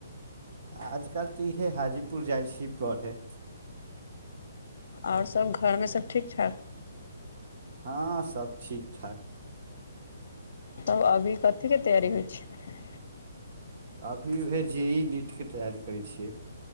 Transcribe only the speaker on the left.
आओर सभ घरमे सभ ठीक ठाक
तब अभी कथे तैयारी होइ छै